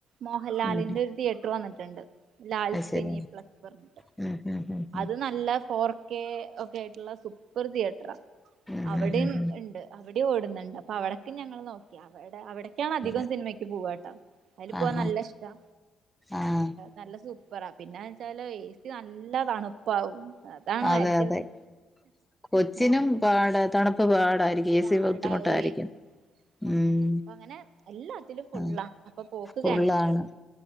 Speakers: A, on the right; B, in the centre.
A: മോഹൻലാലിന്റെ
B: ഉം ഉം
A: ഒരു തിയേറ്റർ വന്നിട്ട്- രണ്ട് ലാൽ സിനി
B: <unintelligible> ഉം
A: പ്ലസ് പറഞ്ഞിട്ട്
B: ഉം ഉം
A: അത് നല്ല ഫോർ കെ ഒക്കെ ആയിട്ടുള്ള സൂപ്പർ തിയേറ്ററാ
B: ഉം
A: അവിടെയും
B: ഉം ഉം
A: ഇണ്ട് ഇവിടെയും ഓടുന്നുണ്ട് അപ്പൊ അവടൊക്കെ ഞങ്ങള് നോക്കി അവ അവിടക്കാണ് അധികം
B: ഉം
A: സിനിമക്ക് പോവാട്ടൊ അതിൽ പോവാൻ
B: ആഹാ
A: നല്ല ഇഷ്ടാ
B: ആഹ്
A: നല്ല സൂ പ്പറ പിന്നെന്ന് വെച്ചാല് ഏ സി നല്ല നല്ലാ തണുപ്പാവും അതാണോ
B: അതെ
A: ഏറ്റവും
B: അതെ കൊച്ചിനും
A: മോഹൻലാൽ
B: പാട് തണു പ്പ് പാട് ആയിരിക്കും ഏ
A: പാടാവുവേ
B: സി ബുദ്ധിമുട്ട് ആയിരിക്കും
A: അങ്ങനെ
B: ഉം
A: അപ്പൊ അങ്ങനെ എല്ലാത്തിലും ഫുള്ളാ
B: ഉം
A: അപ്പൊ പോക്ക്
B: ഫുൾ
A: ക്യാൻസൽ
B: ആണ്
A: ചെയ്തു